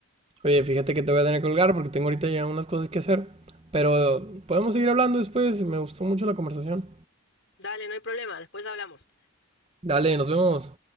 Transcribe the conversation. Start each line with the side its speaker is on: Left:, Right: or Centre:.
Right: Oye, fíjate que te voy a tener que colgar porque tengo ahorita ya unas cosas que hacer. Pero podemos seguir hablando después. Me gustó mucho la conversación.
Left: Dale, no hay problema, después hablamos.
Right: Dale, nos vemos.